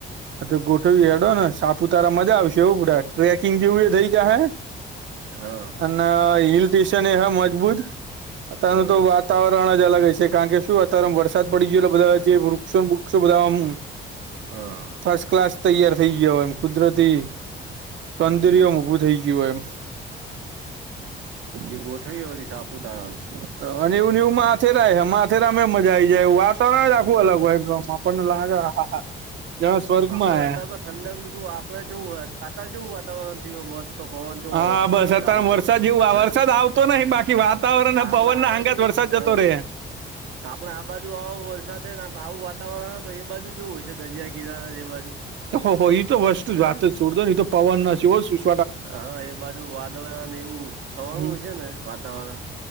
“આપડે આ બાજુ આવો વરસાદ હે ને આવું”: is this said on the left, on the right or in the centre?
Right